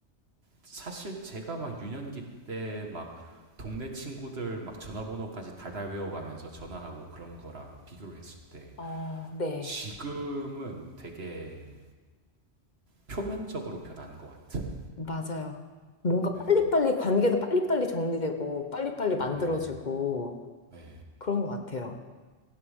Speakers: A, on the right; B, on the left.
A: 사실 제가 막 유년기 때 막 동네 친구들 막 전화번호까지 달달 외워가면서 전화하고 그런 거랑 비교를 했을 때
B: 어, 네.
A: 지금은 되게 표면적으로 변한 것 같은.
B: 맞아요. 뭔가
A: 예.
B: 빨리빨리, 관계도 빨리빨리 정리되고, 빨리빨리 만들어지고,
A: 네. 네.
B: 그런 것 같아요.